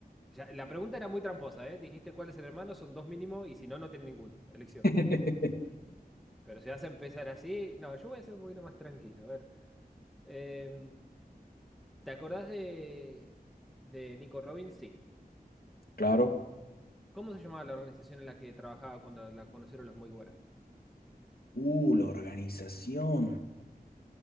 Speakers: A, in the centre; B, on the left.
A: Ya, la pregunta era muy tramposa, ¿eh? Dijiste cuál es el hermano, son dos mínimo y si no, no tiene ninguno. Elección.
B: <laughs>
A: Pero si vas a empezar así, no, yo voy a ser un poquito más tranquilo. A ver, em, ¿te acordás de, de Nico Robbins? Sí.
B: Claro.
A: ¿Cómo se llamaba la organización en la que trabajaba cuando la conocieron los Mugiwara?
B: Uh, la organización.